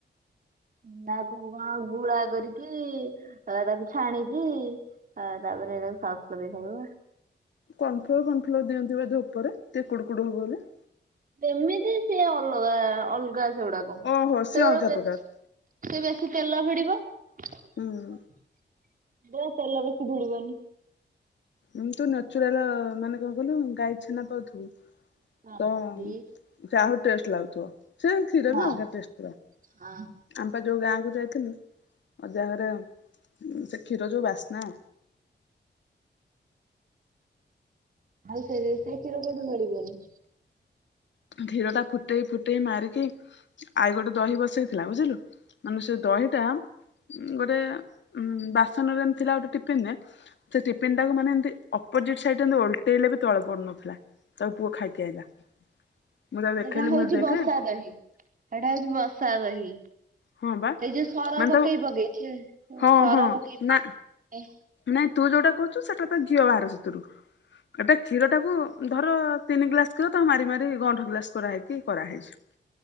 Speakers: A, on the right; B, on the left.
A: ଉଁ ତାକୁ କଣ ଗୁଳା କରିକି ତାପରେ ତାକୁ ଛାଣିକି ହଁ ତାପରେ ହେଟାକୁ ସସ୍ ଲଗେଇ ଖାଇବୁ।
B: କନଫ୍ଲୋର ଫନଫ୍ଲୋର ଦିଅନ୍ତି ବୋଧେ ଉପରେ ଟିକେ କୁଡୁ କୁଡୁ ହବ ବୋଲି।
A: ଯେମିତି ସିଏ ଅଲଗା ଅଲଗା ସେଗୁଡାକ
B: ଓହୋ ସିଏ
A: ସେଗୁଡା
B: ଅଲଗା
A: ବେ
B: ପ୍ରକାର
A: ସେ ବେଶୀ ତେଲ ଭିଡିବ ଇଏ
B: ହୁଁ
A: ତେଲ ବେଶୀ ଭିଡିବନି।
B: ଉଁ ତୁ ନେଚୁରାଲ ମାନେ କଣ କହିଲୁ ଗାଈ ଛେନା ପାଉଥୁବୁ
A: ହଁ
B: ତ
A: ବି
B: ଯାହୋଉ ଟେଷ୍ଟ ଲାଗୁଥୁବ ସେ କ୍ଷୀର
A: ହଁ
B: ବି ଅଲଗା ଟେଷ୍ଟ ପୁରା।
A: ହଁ।
B: ଆମ ପା ଯୋଉ ଗାଁ କୁ ଯାଇଥିଲୁ ଅଜା ହରେ ସେ କ୍ଷୀର ଯୋଉ ବାସ୍ନା।
A: ଆଉ ସେଇ ସେ କ୍ଷୀର କୋଉଠି ମିଳିବେନି।
B: କ୍ଷୀରଟା ଫୁଟେଇ ଫୁଟେଇ ମାରିକି ଆଈ ଗୋଟେ ଦହି ବସେଇଥିଲା ବୁଝିଲୁ ମାନେ ସେ ଦହିଟା ଗୋଟେ ଉଁ ବାସନରେ ଏମ ଥିଲା ଗୋଟେ ଟିଫିନରେ ସେ ଟିଫିନଟାକୁ ମାନେ ଏମତି ଅପୋଜିଟ ସାଇଡରେ ଏମତି ଓଲଟେଇଲେ ବି ତଳେ ପଡୁନଥୁଲା। ତାକୁ ପୁଅ ଖାଇକି ଆଇଲା। ମୁଁ ତାକୁ ଦେଖେଇଲି
A: ସେଟା ହୋଉଚି
B: ମୁଁ କହିଲି ଦେଖେ
A: ବସାଦହି। ହେଟା ହୋଉଚି ବସାଦହିି
B: ହଁ ବା
A: ସେଇ ଯୋଉ ସର
B: ମାନେ
A: ପକେଇ
B: ତାକୁ
A: ପକେଇ କ୍ଷୀ ଏ
B: ହଁ
A: ସର
B: ହଁ
A: ପକେଇ ପକେଇ
B: ନା
A: ଏ
B: ନାଇଁ ତୁ ଯୋଉଟା କୋହୁଚୁ ସେଟା ତ ଘିଅ ବାହାରେ ସେଥିରୁ ଏଟା କ୍ଷୀରଟାକୁ ଧର ତିନି ଗ୍ଲାସ କ୍ଷୀର ତାକୁ ମାରି ମାରି ଗଣ୍ଠ ଗ୍ଲାସ କରାହେଇକି କରାହେଇଛି।